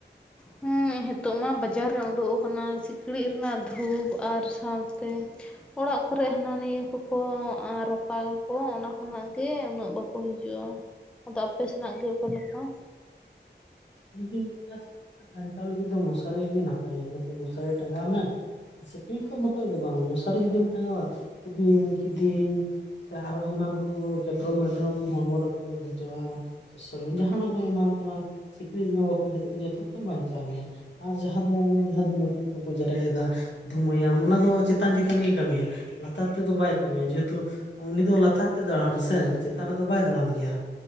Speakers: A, in the centre; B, on the left (about 75°).
A: ᱦᱩᱸ ᱦᱮᱛᱚᱜ ᱢᱟ ᱵᱟᱡᱟᱨ ᱨᱮ ᱳᱰᱚᱠ ᱟᱠᱟᱱᱟ ᱥᱤᱠᱬᱤᱡ ᱨᱮᱱᱟᱜ ᱫᱷᱩᱯ ᱟᱨ ᱥᱟᱶᱛᱮ ᱚᱲᱟᱜ ᱠᱚᱨᱮ ᱦᱟᱱᱟ ᱱᱤᱭᱟᱹ ᱠᱚᱠᱚ ᱨᱟᱯᱟᱜᱟᱠᱚ ᱚᱱᱟ ᱠᱷᱚᱱᱟᱜ ᱜᱮ ᱩᱱᱟᱹᱜ ᱵᱟᱠᱚ ᱦᱤᱡᱩᱜᱼᱟ᱾ ᱟᱫᱚ ᱟᱯᱮ ᱥᱮᱱᱟᱜ ᱜᱮ ᱚᱠᱟ ᱞᱮᱠᱟ?
B: ᱤᱧ ᱫᱩᱧ ᱢᱚᱱᱮᱭᱟ ᱥᱤᱠᱲᱤᱢ ᱠᱷᱚᱱ ᱵᱟᱧᱪᱟᱣ ᱞᱟᱹᱜᱤᱫ ᱫᱚ ᱢᱚᱥᱟᱨᱤ ᱜᱮ ᱱᱟᱯᱟᱭᱟ ᱡᱮᱦᱮᱛᱩ ᱢᱚᱥᱟᱨᱤ ᱴᱟᱸᱜᱟᱣ ᱢᱮ ᱥᱤᱠᱲᱤᱡ
A: ᱦᱮᱸ
B: ᱠᱷᱚᱡ ᱢᱚᱛᱚᱡ ᱫᱚ ᱵᱟᱝ ᱢᱚᱥᱟᱨᱤ ᱡᱩᱫᱤᱢ ᱴᱟᱸᱜᱟᱣᱟ ᱛᱚ ᱵᱤᱧ ᱠᱤᱫᱤᱧ ᱥᱮ ᱟᱨᱚ ᱮᱢᱟᱱ ᱠᱚ ᱠᱮᱰᱨᱚᱢ ᱢᱮᱰᱨᱚᱢ ᱦᱚᱲᱢᱚ ᱨᱮ ᱵᱟᱠᱚ ᱫᱮᱡᱚᱜᱼᱟ ᱡᱟᱦᱟᱸᱟᱱ ᱠᱚ ᱮᱢᱟᱱ ᱛᱮᱢᱟᱱ ᱥᱤᱠᱲᱤᱡ ᱵᱟᱠᱚ ᱦᱮᱡ ᱡᱚᱛᱚ ᱠᱷᱚᱡ ᱵᱟᱧᱪᱟᱣ ᱢᱮᱭᱟ ᱟᱨ ᱡᱟᱦᱟᱸ ᱫᱚ ᱚᱱᱮ ᱡᱟᱦᱟᱸ ᱫᱚ ᱢᱩᱴᱤᱱ ᱠᱚᱠᱚ ᱡᱮᱨᱮᱫ ᱮᱫᱟ ᱫᱷᱩᱢᱟᱹᱭᱟᱢ ᱚᱱᱟ ᱫᱚ ᱪᱮᱛᱟᱱ ᱪᱮᱛᱟᱱ ᱜᱮ ᱠᱟᱹᱢᱤᱭᱟ ᱞᱟᱛᱟᱨ ᱛᱮᱫᱚ ᱵᱟᱭ ᱠᱟᱹᱢᱤᱭᱟ ᱡᱮᱦᱮᱛᱩ ᱩᱱᱤ ᱫᱚ ᱞᱟᱛᱟᱨ ᱛᱮ ᱫᱟᱬᱟᱱᱟ ᱥᱮ ᱪᱮᱛᱟᱱ ᱨᱮᱫᱚ ᱵᱟᱭ ᱫᱟᱬᱟᱱ ᱜᱮᱭᱟ